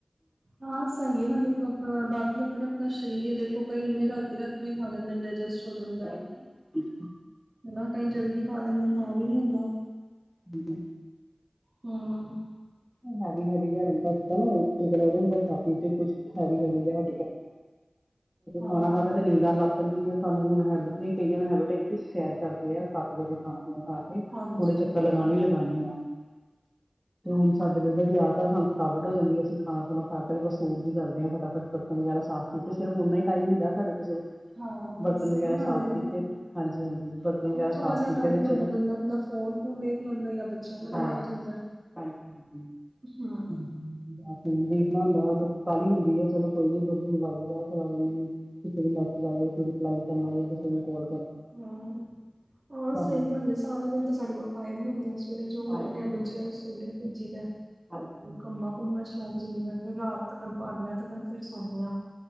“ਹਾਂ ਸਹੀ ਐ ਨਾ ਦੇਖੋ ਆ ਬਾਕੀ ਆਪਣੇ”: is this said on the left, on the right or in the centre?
Right